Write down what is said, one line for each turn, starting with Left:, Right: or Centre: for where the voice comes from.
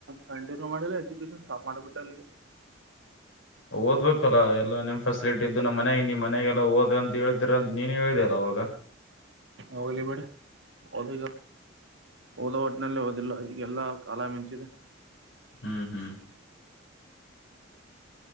Right: ಕಂಟಿನ್ಯೂ ಮಾಡಿಲ್ಲ ಎಜುಕೇಶನ್ ಸ್ಟಾಪ್ ಮಾಡ್ಬಿಟ್ಟೆ ಅಲ್ಲಿ
Left: ಓದ್ಬೇಕಲ್ಲಾ ಎಲ್ಲಾ ನಿಮ್ ಫೆಸಿಲಿಟಿ ಇದ್ದು ನಮ್ಮ್ ಮನೆ ನಿ್ ಮನೆಗೆಲ್ಲಾ ಓದ್ರ ಅಂತ ಹೇಳ್ತಿೀರಂತ ನೀನೇ ಹೇಳಿದೆಲ್ಲ ಅವವಾಗ
Right: ಹೋಗ್ಲಿ ಬಿೇಡ ಓದ ಓದ ಒಟ್ಟಿನಲ್ಲಿ ಓದಿಲ್ಲ ಈಗೆಲ್ಲಾ ಕಾಲ ಮಿಂಚಿದೆ
Left: ಹ್ಮ್ ಹ್ಮ್